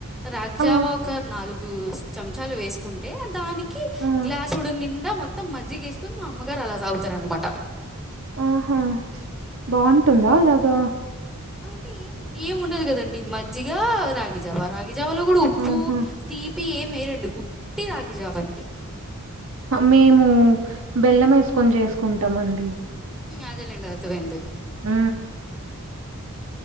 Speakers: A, in the centre; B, on the right.
A: రాగి జావా
B: ఆ!
A: ఒక నాలుగ్. గు చంచాలు వేసుకుంటే దానికి
B: ఆ!
A: గ్లాసుడి నిండా మొత్తం మజ్జిగా ఏస్. మా అమ్మగారు అలా తాగుతారనమాట.
B: ఉహు బాగుంటుందా అలాగా.
A: అంటే ఏం ఏం ఉండదు కదండి మజ్జిగ రాగిజావ రాగిజావలో కూడా ఉప్పు
B: ఆహా!
A: తీప్. పి ఏమ్ మేయరండి ఉట్టి రాగిజావ అంతే.
B: మేము బెల్లం వేసుకొని చేసుకుంటామండి.
A: అదేలేండి అర్థమైంది.
B: ఊ.